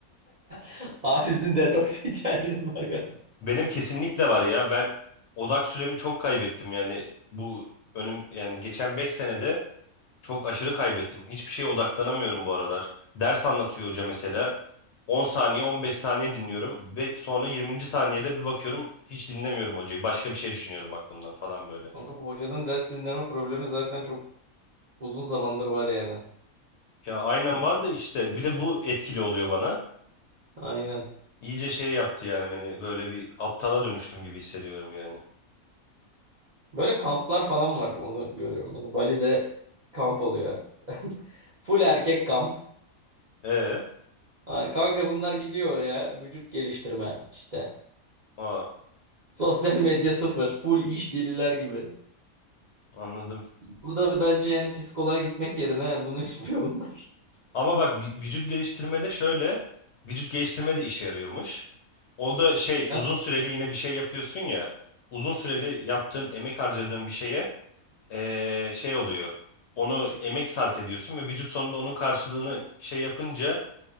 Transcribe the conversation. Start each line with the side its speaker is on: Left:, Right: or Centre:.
Right: <laughs> Abi sizin detoks <laughs> ihtiyacınız var galiba.
Left: Benim kesinlikle var ya ben odak süremi çok kaybettim yani bu önüm yani geçen beş senede Çok aşırı kaybettim. Hiçbir şeye odaklanamıyorum bu aralar. Ders anlatıyor hoca mesela. 10 saniye, 15 saniye dinliyorum ve sonra 20. saniyede bir bakıyorum hiç dinlemiyorum hocayı. Başka bir şey düşünüyorum aklımdan falan böyle.
Right: Kanka bu hocadan ders dinleme problemi zaten çok uzun zamandır var yani.
Left: Ya aynen
Right: <laughs>
Left: var da işte
Right: İkisi.
Left: bir de bu etkili oluyor bana.
Right: Aynen.
Left: İyice şey yaptı yani beni böyle bir aptala dönüştüm gibi hissediyorum yani.
Right: Böyle kamplar falan var onu görüyorum. Mesela Bali'de kamp oluyor. <laughs> Full erkek kamp.
Left: E,
Right: Ha, Kanka bunlar gidiyor oraya vücut geliştirme işte.
Left: aa
Right: Sosyal medya sıfır. Full iş deliler gibi.
Left: anladım.
Right: Burada bence yani psikoloğa gitmek yerine bunu <laughs> yapıyor bunlar.
Left: Ama bak vü- vücut geliştirmede şöyle, vücut geliştirme de işe yarıyormuş. O da şey
Right: Ha,
Left: uzun süreli yine bir şey yapıyorsun ya, uzun süreli yaptığın emek harcadığın bir şeye eee, şey oluyor. Onu emek sarf ediyorsun ve vücut sonunda onun karşılığını şey yapınca,